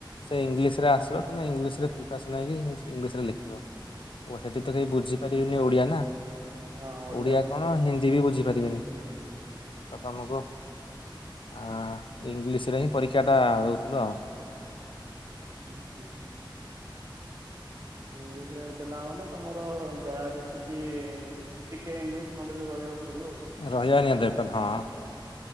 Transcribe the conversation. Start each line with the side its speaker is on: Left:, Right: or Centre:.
Left: ସେ ଇଂଲିଶ୍ ରେ ଆସିବ ତମେ ଇଂଲିଶ୍ ରେ ପ୍ରିପାରସନ୍ ହେଇକି ଇଂଲିଶ୍ ରେ ଲେଖିବ। ଓ ସେଠି ତ କେହି ବୁଝିପାରିବେନି ଓଡିଆ ନା
Right: ହଁ ଓଡ଼ିଆ
Left: ଓଡିଆ
Right: ପାଇଁ
Left: କଣ ହିନ୍ଦ୍ ଦି ବି ବୁଝିପାରିବେନି ତ ତମକୁ ଆ-ଆ ଇଂଲିଶ୍ ରେ ହିଁ ପରୀକ୍ଷାଟା ଦଉଥୁଲୁ ଆଉ।
Right: ହୁଁ-ହୁଁ ଇଂଲିଶ୍ ରେ ଦେଲା ମାନେ ତମର ଯାହା ଯେତିକି ଟିକେ ଇଂଲିଶ୍ ନଲେଜ ରହିଆକୁ ପଡିବ ଆଉ।
Left: ରହିଆ ନିିହାତି <unintelligible> ହଁ।